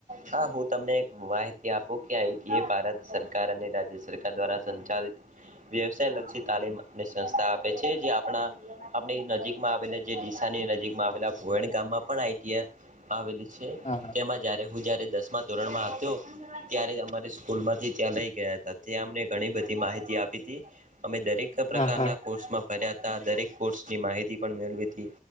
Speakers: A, on the right (about 75°); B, on the left (about 60°).
A: હા હું તમને એક માહિતી આપું કે આ ભારત સરકાર અને રાજ્ય સરકાર દ્વારા સંચાલ વ્યવસાય લક્ષી તાલીમ ને સંસ્થા આપે છે જે આપણા આપણી નજીકમાં આવે લ જે ડીસા ને નજીકમાં આવેલા ભુગાનીતા માં પણ આવેલા છે
B: હા
A: તેમાં જ્યારે હું જ્યારે દસમા ધોરણમાં તો ત્યારે અમારી સ્કૂલમાંથી ત્યાં લઈ ગયા હતા ત્યાં અમને ઘણી બધી માહિતી આપી તી. અમે દરેક
B: હા
A: પ્રકારના
B: હા.
A: કોર્સમાં ફર્યા હતા દરેક કોર્સની માહિતી પણ મેળવી હતી